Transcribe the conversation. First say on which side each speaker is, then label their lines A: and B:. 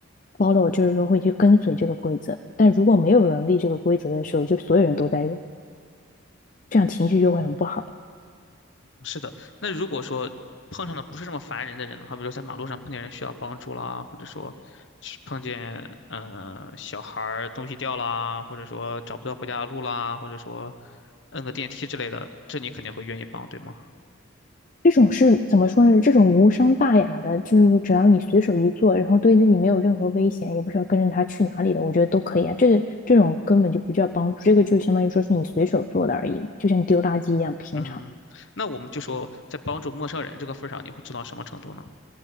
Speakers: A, on the left; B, on the left.
A: follow，就是说会去跟随这个规则。但如果没有人立这个规则的时候，就所有人都在用，这样情绪就会很不好。
B: 是的，那如果说碰上的不是这么烦人的人呢？好比说在马路上碰见人需要帮助啦，或者说是碰见呃小孩儿东西掉啦，或者说找不到回家的路啦，或者说摁个电梯之类的，这你肯定会愿意帮，对吗？
A: 这种是怎么说呢？这种无伤大雅的，就是只要你随手一做，然后对自己没有任何危险，也不需要跟着他去哪里的，我觉得都可以啊。这个这种根本就不叫帮助，这个就相当于说是你随手做的而已嘛，就像你丢垃圾一样平常。
B: 嗯，那我们就说在帮助陌生人这个份儿上，你会做到什么程度呢？